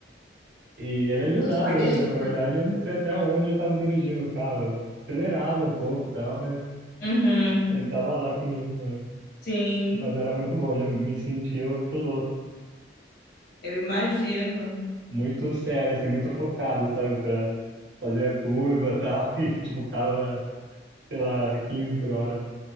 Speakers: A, on the right; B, on the left.
A: e ele ajudava
B: Meu pai
A: ainda,
B: deixou.
A: né? Na verdade, eu não sei até onde eu tava dirigindo o carro. Eu acelerava um pouco e tal, mas
B: Uhum.
A: ele tava lá comigo também.
B: Sim,
A: Mas era muito bom, já me sentia o piloto.
B: eu imagino.
A: Muito sério, assim, muito focado, sabe? Pra fazer a curva e tal. <laughs> E tipo, o carro, sei lá, 15 por hora.